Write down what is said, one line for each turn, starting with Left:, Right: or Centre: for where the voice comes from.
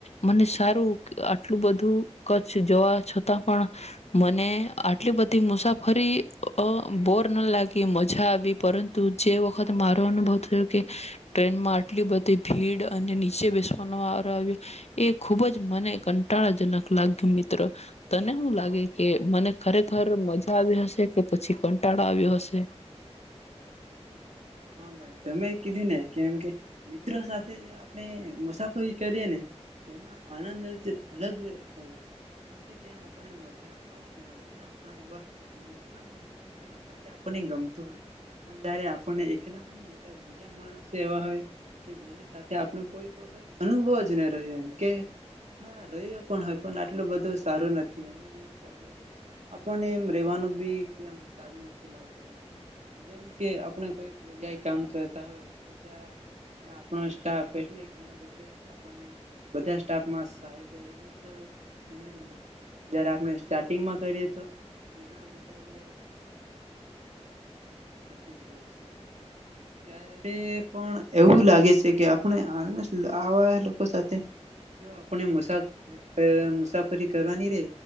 Left: મને સારું આટલું બધું કચ્છ જવા છ પણ મને આટલી બધી મુસાફરી અ બોર ના લાગી, મજા આવી પરંતુ જે વખત મારો અનુભવ થયો કે ટ્રેનમાં આટલી બધી ભીડ અને નીચે બેસવાનો વારો આવ્યો એ ખુબ જ મને કંટાળાજનક લાગ્યું મિત્ર. તને હુ લાગે કે મને ખરેખર મજા આવી હશે કે પછી કંટાળો આવ્યો હશે?
Right: હા ભાઈ તમે એ કીધી ને કેમ કે મિત્ર સાથે આપણે મુસાફરી કરીએ ને, તેમાં આનંદ જ અલગ હોય કેમકે ત્યાં આપને મજા આવતી હોય અને આપણા એવા મિત્ર હોય કે જેના સાથે આપણને ગમતું હોય પણ જયારે આપણને <inaudible> બીજા માણસો એવા હોય કે જેની સાથે આપને કોઈક <inaudible> અનુભવ જ ન રહ્યો, કે રહ્યો પણ હોય પણ આટલો બધો સારું નથી <inaudible> આપણને એમ રેવાનું બી એમ સારું નથી લાગતું હોય, જેમ કે આપણે કોઈ ત્યાં કામ કરતા હોય તો ત્યાં <inaudible> સ્ટાફ એટલે <inaudible> બધા આપર્ણે સ્ટાફમાં સાઈબે એવુ તો બનેજ નઈ, જ્યારે આપેડે સ્ટાર્ટિગમાં કરીએ તો ગના બધા એટલે <unintelligible> ત્યારે પણ એવું લાગે છે કે આપને <inaudible> આવા લોકો સાથે જો આપણે મુસાફર મુસાફરી કરવાની રે